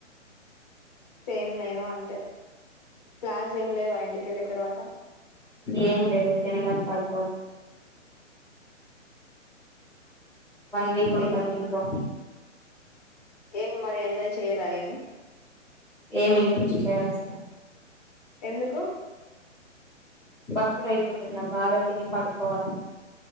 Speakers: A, on the left (about 35°); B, in the centre.
A: సేమ్ నేనూ అంతే ప్లాన్స్ ఏం లేవా ఇంటికి వెళ్ళిన తర్వాత
B: ఏం లేదు తినడం పడుకొ ఒన్ వన్ వీక్ ఉంటాం
A: ఏంటి
B: ఇంట్లో
A: ఏం మరేం దయ చేయరా ఏమి
B: ఏం ఇంట్రెస్ట్ లేదసలు
A: ఎందుకూ
B: బక్కగవైపుతున్న బాగా తిని పడుకోవాలి